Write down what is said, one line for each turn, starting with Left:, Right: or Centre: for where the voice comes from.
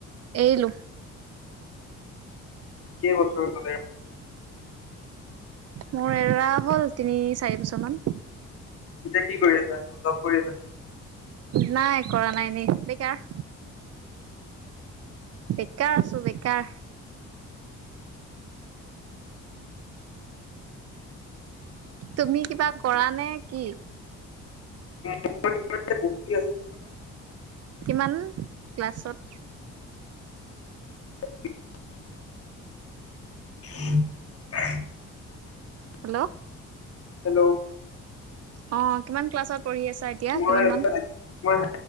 Right: এৰিলো
Left: কেই বছৰ পলে
Right: মোৰ এৰা হ'ল তিনি চাৰি বছৰ মান
Left: এতিয়া কি কৰি আছা জপ কৰি আছা নেকি
Right: নাই কৰা নাই নি বেকাৰ বেকাৰ আছো বেকাৰ তুমি কিবা কৰা নে কি
Left: <unintelligible> বৰ্তমান।
Right: কিমান ক্লাছত
Left: <unintelligible>
Right: হেল্ল'
Left: হেল্ল'
Right: অ কিমান ক্লাছত পঢ়ি আছা এতিয়া
Left: মই
Right: কিমান মান
Left: মই